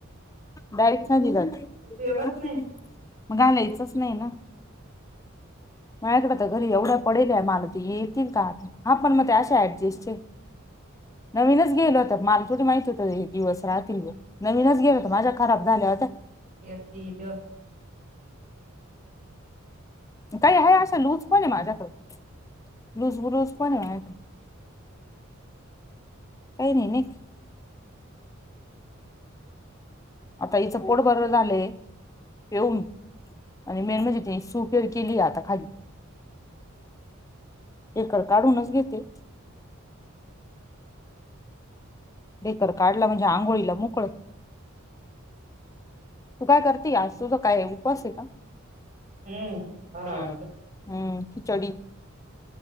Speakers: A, on the left; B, on the right.
A: डायरक्ट <unintelligible>
B: उपयोगच नाही
A: मग घालायचंच नाही ना. म्याकडं तर घरी एवढ्या पडेल्या. मला ते येतील का? हा. पण मग ते अशा ऍडजस्टचे -- नवीनच गेलो होतं. मलाथोडी माहि -- एक दिवस राहतील ग. नवीनच गेल हो तर माझ्या खराब झाल्या होत्या.
B: ये तल
A: काय आहे असशालू पण आहे माझ्याकडे लुज बुलुज पण आहे माझ काही नाही न आता हचं पोट बर झालंय पेऊन आणि मेन म्हणजे तनी सूपेर केली आहे आता खाली एकर काढूनच घेते हे तर काढलं म्हणजे आंघोळीला मोकळं तू काय करती आज तुझा काय उपास हाय
B: हम्म फराळाचं
A: का हम्म खिचडी